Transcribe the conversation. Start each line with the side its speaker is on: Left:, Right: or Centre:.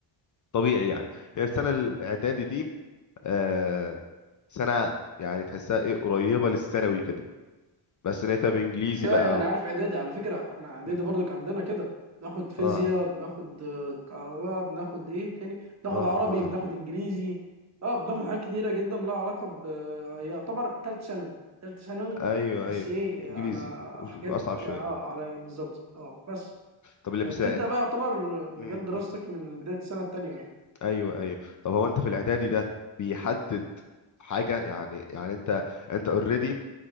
Left: طبيعي يعني هي السنه الاعدادي دي آه سنه يعني تحسها ايه قريبه للثانوي كده بس لقيتها بانجليزي
Right: ايوه
Left: بقى
Right: ايوه انا عارف اعدادي على فكره احنا اعدادي
Left: م.
Right: برضو كان عندنا كده بناخد فيزياء
Left: اه
Right: بناخد آه، كهرباء بناخد ايه تاني بناخد
Left: اه
Right: عربي
Left: اه
Right: بناخد انجليزي اه بناخد حاجات كتيره جدا لها علاقه ب آه، يعتبر تالت ثانوي تالت ثانوي
Left: ايوه
Right: بس
Left: ايوو
Right: ايه
Left: انجليزي
Right: على
Left: وش-
Right: حاجات
Left: واصعب شويه
Right: اه على بالظبط اه بس
Left: طب اللي
Right: آه،
Left: بس
Right: بتبدا بقى يعتبر آه، مجال
Left: م-
Right: دراستك
Left: م.
Right: من بدايه السنه التانيه يعني
Left: ايوه ايوه طب هو انت في الاعدادي ده بيحدد حاجه يعني يعني انت انت اوريدي